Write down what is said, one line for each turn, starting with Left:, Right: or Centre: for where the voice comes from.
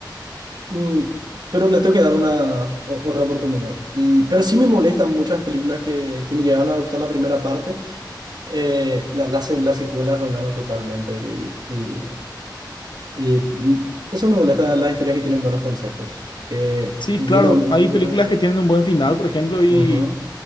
Right: Mm, pero le tengo que dar una o- otra oportunidad. Y, pero sí me molestan muchas películas que, que me llegaron a gustar la primera parte. eh, la, la, se- la secuela arruinaron totalmente. Y, y, y, mm, eso me molesta de las historias que tienen buenos conceptos. Que
Left: Sí,
Right: viene
Left: claro,
Right: un... un-
Left: hay
Right: viene-
Left: películas que tienen un buen final, por ejemplo, y
Right: Ujú,